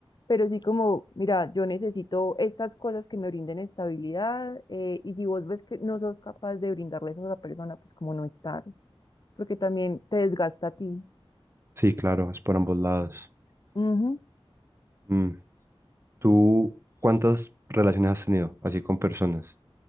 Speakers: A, on the left; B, on the right.
A: pero sí como, mira, yo necesito estas cosas que me brinden estabilidad eh, y si vos ves que no sos capaz de brindarle eso a esa persona, pues como no estar porque también te desgasta a ti.
B: sí, claro, es por ambos lados.
A: Ujú.
B: Mm, ¿Tú cuántas relaciones has tenido así con personas?